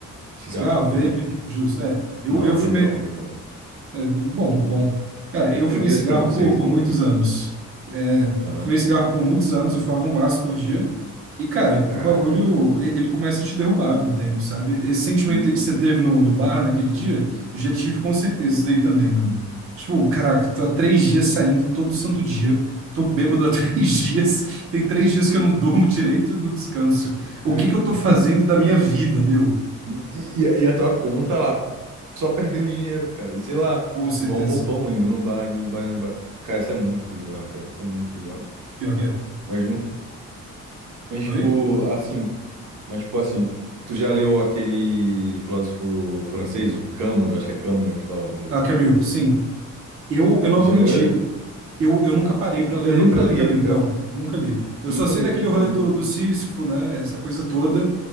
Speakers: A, on the right; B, on the right.
A: Cigarro,
B: Cigarro,
A: exatamente.
B: vape, justo, é. Eu,
A: Não,
B: eu fumei.
A: vape não, vape não.
B: é, bom, bom. Cara,
A: Eu,
B: eu fumei
A: eu tenho
B: cigarro
A: esse preconceito
B: por, por
A: com
B: muitos
A: vape.
B: anos. É,
A: Aham.
B: fumei cigarro por muitos anos, eu fumava um maço por dia. E, cara, o
A: Caraca,
B: bagulho, e- ele começa a te derrubar com o tempo, sabe? Esse sentimento
A: sim.
B: aí que você teve no, no bar naquele dia, eu já tive com certeza isso aí também, mano. Tipo, caraca, tô há três dias saindo todo santo dia, tô bêbado há <laughs> três dias, tem três dias que eu não durmo direito, não descanso.
A: <laughs>
B: O que que eu tô fazendo da minha vida, meu?
A: E, e- e a tua conta lá, só perdendo dinheiro, cara. E sei lá,
B: Com certeza.
A: igual um bobão indo no bar, indo no bar, indo no bar. Cara, isso é muito bizarro, cara. Isso é muito bizarro.
B: Pior que é.
A: Mas no Mas,
B: Oi?
A: tipo, assim. Mas, tipo, assim. Tu já leu aquele filósofo francês, o Camus? Acho que é Camus, né, que fala o nome dele.
B: Ah, Camus, sim. Eu, eu não
A: Já
B: vou mentir.
A: leu ele?
B: Eu, eu nunca parei para ler
A: Eu nunca
B: para ler
A: li
B: Camus.
A: ele, cara.
B: Não, nunca li. Eu
A: Nunca
B: só sei
A: li
B: daquele
A: ele, Camille.
B: rolê do, do Sísifo, né? Essa coisa toda,